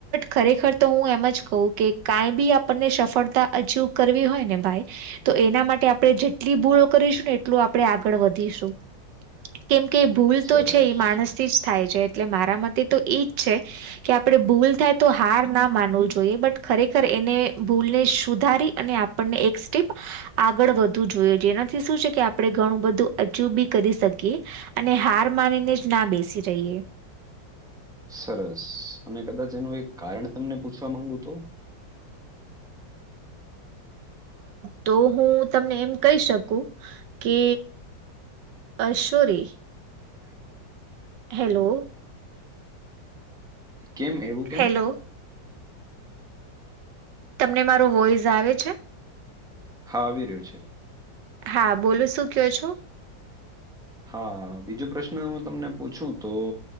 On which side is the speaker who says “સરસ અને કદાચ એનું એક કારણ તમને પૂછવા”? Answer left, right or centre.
Centre